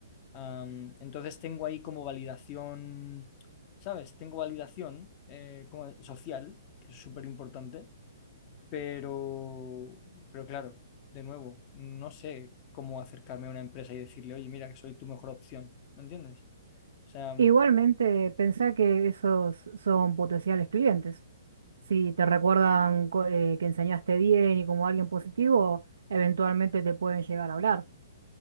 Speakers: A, on the left (about 35°); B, on the right (about 75°).
A: Am, entonces tengo ahí como validación, ¿sabes? Tengo validación eh, como social, que es súper importante. Pero, pero claro, de nuevo, no sé cómo acercarme a una empresa y decirle, oye, mira, que soy tu mejor opción, ¿me entiendes? O sea,
B: Igualmente, pensá que esos son potenciales clientes. Si te recuerdan co- eh, que enseñaste bien y como alguien positivo, eventualmente te pueden llegar a hablar.